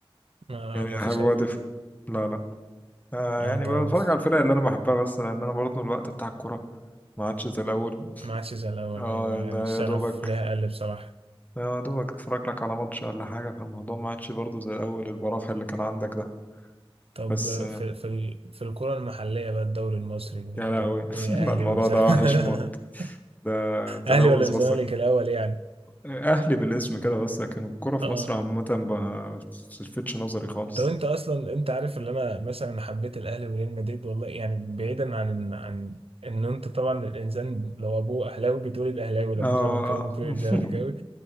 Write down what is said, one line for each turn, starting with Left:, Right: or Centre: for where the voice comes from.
Right: ما,
Left: يعني
Right: ما
Left: احب
Right: فيش
Left: وادف
Right: أي ما
Left: لا لا آه
Right: أنت
Left: يعني
Right: بص-
Left: بتفرج على الفرق اللي انا بحبها بس لان انا برضه الوقت بتاع الكورة ما عادش زي الاول
Right: ما عادش زي الأول
Left: اه
Right: أيوه
Left: ده
Right: يعني الشغف
Left: يا دوبك
Right: ليها قل بصراحة
Left: آه، يا دوبك اتفرج لك على ماتش ولا حاجة فالموضوع ما عادش برضه زي الاول البراح اللي كان عندك ده
Right: طب
Left: بس
Right: آه، في في ال... في الكرة المحلية بقى الدوري المصري الدوري.
Left: يا لهوي <laughs>
Right: إيه
Left: لا
Right: أهلي
Left: الموضوع
Right: والزمالك
Left: ده وحش موت
Right: <laughs>
Left: ده تلوث
Right: أهلي ولا الزمالك
Left: بصر
Right: الأول يعني
Left: اهلي بالاسم كده بس لكن الكرة في
Right: اه
Left: مصر عامة ما بتلفتش نظري خالص
Right: طب انت اصلا انت عارف ان انا مثلا حبيت الاهلي وريال مدريد والله يعني بعيدا عن عن ان انت طبعا الانسان لو ابوه اهلاوي بيتولد اهلاوي لو
Left: اه
Right: ابوه زملكاوي بيتولد
Left: <laughs>
Right: زملكاوي